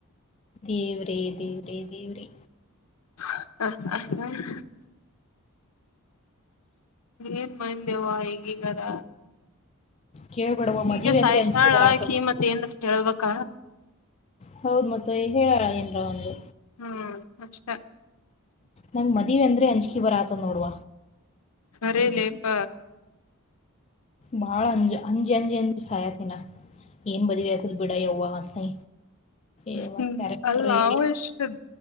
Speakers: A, on the left; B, on the left.
A: ದೇವ್ರೇ ದೇವ್ರೇ ದೇವ್ರೇ
B: ಹ ಹ ಹ ಏನ್ ಮೈಂಡ ವಾ ಈಗೀಗರ
A: ಕೇಳ್ಬೇಡವ ಮದಿವೆ
B: ಈಗ ಸಾಯಿಷಾಳಕಿ
A: ಅಂದ್ರೆ ಅಂಜಿಕೆ ಬರಾತದ
B: ಮತ್ತೆ ಏನ್ರ ಹೇಳ್ಬೇಕ
A: ಹೌದ ಮತ್ತ ಹೇಳಲ ಏನರ ಒಂದು
B: ಹಾ ಅಷ್ಟ
A: ನಂಗ್ ಮದ್ವೆ ಅಂದ್ರೆ ಅಂಜುಕಿ ಬರ ಆತ ನೋಡುವ
B: ಬರೀಲೇಪ್ಪ
A: ಬಾಳ ಅಂಜ ಅಂಜ ಅಂಜ ಅಂಜ ಸಾಯತಿನ ಏನ್ ಮದುವೆ ಆಗ ಬಿಡುವ ಅಸೈ ಯವ್ವ
B: ಹ್ಮ
A: ಕ್ಯಾರೆಕ್ಟ್ರೇ
B: ಅಲ್ಲ ನಾ ಎಷ್ಟ